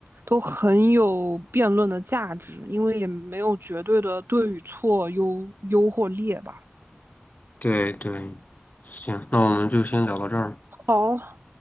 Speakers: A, on the right; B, on the left.
A: 都很有辩论的价值，因为也没有绝对的对与错、优优或劣吧。
B: 对对，行，那我们就先聊到这儿。
A: 好，